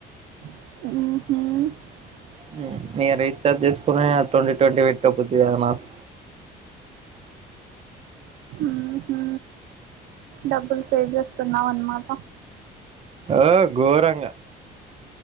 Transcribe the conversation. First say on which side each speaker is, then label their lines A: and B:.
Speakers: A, on the right; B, on the right.
A: ఊహూ
B: హూ ఇగ రీఛార్జ్ చేసుకుని ట్వంటీ ట్వంటీ పెట్టబుద్ది కాదు నాకు
A: ఊహూ డబ్బులు సేవ్ చేస్తున్నావ్ అనమాట
B: ఆ ఘోరంగా